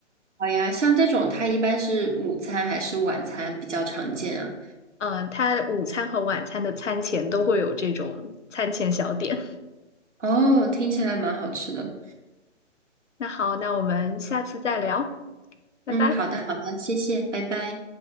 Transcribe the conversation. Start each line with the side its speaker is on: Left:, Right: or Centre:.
Right: 好呀，像这种它一般是午餐还是晚餐比较常见啊？
Left: 嗯、他它午餐和晚餐的餐前都会有这种餐前小点。
Right: 哦，听起来蛮好吃的。
Left: 那好，那我们下次再聊，拜拜。
Right: 嗯，好的，好的，谢谢，拜拜。